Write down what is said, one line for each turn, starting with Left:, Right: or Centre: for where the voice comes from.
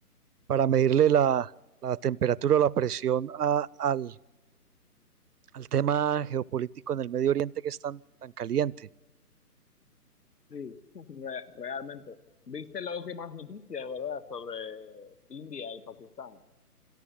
Right: para medirle la, la temperatura o la presión a- al, al tema geopolítico en el Medio Oriente que es tan, tan caliente.
Left: Sí, <laughs> re- realmente. ¿Viste las últimas noticias, verdad, sobre India y Pakistán?